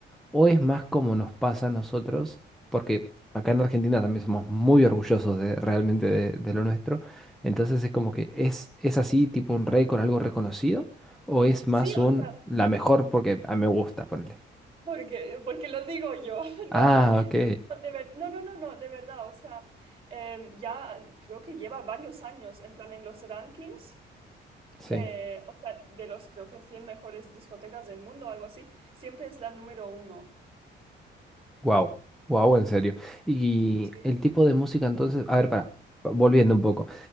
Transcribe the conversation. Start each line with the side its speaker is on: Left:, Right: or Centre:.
Centre: ¿O es más como nos pasa a nosotros? Porque acá en Argentina también somos muy orgullosos de, realmente de, de lo nuestro. Entonces es como que es, es así, tipo un récord, algo reconocido. ¿O es más
Right: Sí,
Centre: un
Right: o sea,
Centre: la mejor porque a mí me gusta, ponerle.
Right: porque, porque lo digo yo, <laughs> ¿no?
Centre: Ah, ok.
Right: De ver- no, no, no, no, de verdad, o sea, em, ya creo que lleva varios años en plan en los rankings de,
Centre: Sí.
Right: o sea, de los creo que 100 mejores discotecas del mundo o algo así, siempre es la número uno.
Centre: Wow. Wow, en serio. Y
Right: Sí.
Centre: el tipo de música entonces, a ver, para, volviendo un poco.